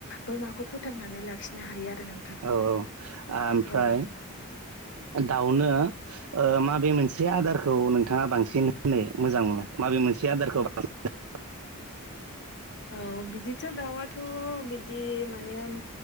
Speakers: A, on the left; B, on the right.
A: बोरमाखौ फोथांनानै लाखिनो हायो आरो नोंथां
B: औ औ आओमफ्राय
A: औ।
B: दाउनो ओ माब मोनसे आदारखौ नोंथाङा बांसिन होनो मोजां मोनो माबे मोनसे आदारखौ बांसिन
A: औ बिदिथ' दाउआथ' बिदि माने ओम